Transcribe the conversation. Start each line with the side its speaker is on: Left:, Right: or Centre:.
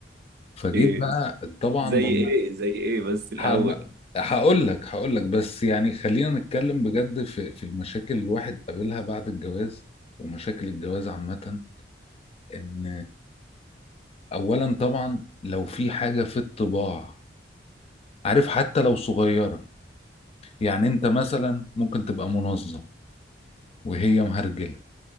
Left: فجيت
Right: إيه
Left: بقى طبعا
Right: زي
Left: لما
Right: ايه زي ايه بس الاول
Left: هب- هقول لك هقول لك بس يعني خلينا نتكلم بجد في في المشاكل اللي الواحد قابلها بعد الجواز ومشاكل الجواز عامة ان اولا طبعا لو في حاجة في الطباع عارف حتى لو صغيرة يعني انت مثلا ممكن تبقى منظم وهي مهرجلة